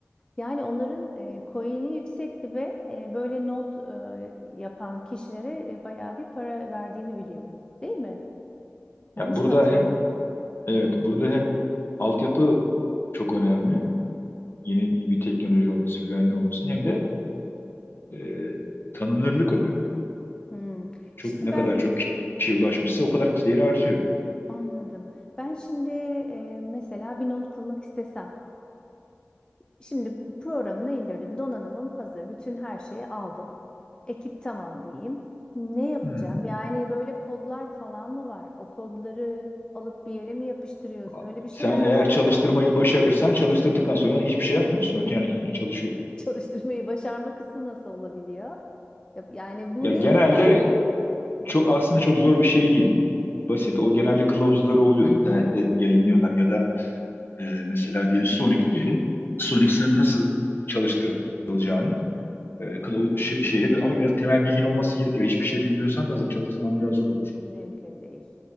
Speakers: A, on the left; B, on the left.
A: Yani onların e, coin'i yüksekti ve e, böyle not e, yapan kişilere e, bayağı bir para verdiğini biliyorum. Değil mi? Yanlış
B: Ya burada
A: mı hatırlıyorum?
B: hem evet burada hem altyapı çok önemli. Yeni iyi bir teknoloji olması, güvenli olması hem de e, tanınırlık önemli.
A: Hmm.
B: Çok
A: Şimdi
B: ne
A: ben
B: kadar çok kişiye ulaşmışsa o kadar değeri artıyor.
A: Anladım. Ben şimdi e, mesela bir not kurmak istesem. Şimdi programını indirdim. Donanımım hazır. Bütün her şeyi aldım. Ekip tamam diyeyim. Ne yapacağım?
B: Hı. hı.
A: Yani böyle kodlar falan mı var? O kodları alıp bir yere mi yapıştırıyorsun?
B: A-
A: Öyle bir şeyler
B: Sen eğer
A: var
B: çalıştırmayı
A: herhalde.
B: başarırsan çalıştırdıktan sonra hiçbir şey yapmıyorsun. O kendi kendine çalışıyor.
A: <laughs> Çalıştırmayı başarma kısmı nasıl olabiliyor? Yap- Yani bu
B: Ya genelde
A: ne ister?
B: çok aslında çok zor bir şey değil. Basit o genelde kılavuzları oluyor. İnternette yayınlıyorlar ya da e, mesela diyelim Sonic diyelim. Sonic
A: Hı hı.
B: sana nasıl çalıştırılacağını e, kılavuz şe- şeyle gö- ama biraz temel bilgin olması gerekiyor. Hiçbir şey bilmiyorsan da çalıştırman biraz zor olur.
A: Mümkün değil.